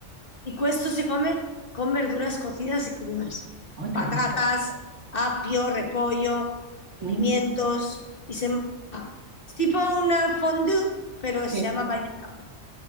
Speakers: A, on the left; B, on the right.
A: Y questo se come con verduras cocidas y crudas,
B: Ay,
A: patatas,
B: qué rico.
A: apio, repollo,
B: Mm,
A: pimientos, y se... es tipo una fondue, pero
B: sí.
A: se llama bagna cauda.